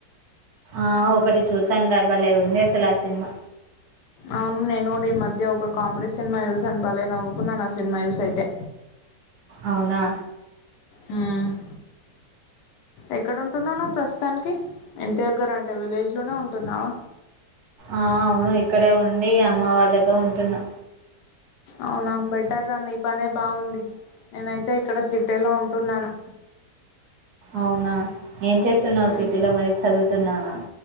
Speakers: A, on the right; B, on the left.
A: ఆ ఒకటి చూసాను రా బాలే ఉంది అసలు ఆ సినిమా
B: అవును నేను కూడా ఈ మధ్య ఒక కామెడీ సినిమా చూశాను బాలే నవ్వుకున్నాను ఆ సినిమా చూసి అయితే
A: అవునా
B: హామ్ ఎక్కడంటున్నావు నువ్వు ప్రస్తుతానికి ఇంటి దగ్గర అంటే విలేజ్ లోనే ఉంటున్నావా
A: ఆ అవును ఇక్కడే ఉండి అమ్మ వాళ్ళతో ఉంటున్నా
B: అవునా బెటర్ రా నీ పనే బాగుంది నేనైతే ఇక్కడ సిటీలో ఉంటున్నాను
A: అవునా ఏం చేస్తున్నావు
B: ఉమ్,
A: సిటీలో మరి చదు తున్నావా